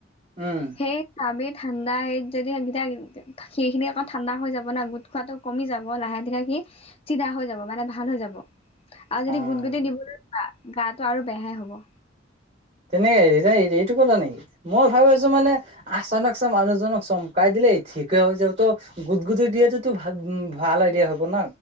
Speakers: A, on the right; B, on the left.
A: উম
B: সেই আমি ঠাণ্ডা হত যদি এতিয়া সেইখিনি আকৌ ঠাণ্ডা হৈ যাব না গোট খোৱাটো কমি যাব, লাহে ধাহে সি চিধা হৈ যাব মানে ভাল হৈ যাব। আৰু যদি
A: অ
B: গুট গুট দিবলৈ জোৱা, গাটো আৰু বেয়াহে হ'ব।
A: তেনেকে হেৰি এইটো ক'লা নেকি, মই ভাবো আছো মানে আচানকছে মানুহজনক চমকাই দিলেই, ঠিকে হৈ যাব তো গোট গুট দিয়েতো টো ভাল উ ভাল আইদিয়া হ'ব ন,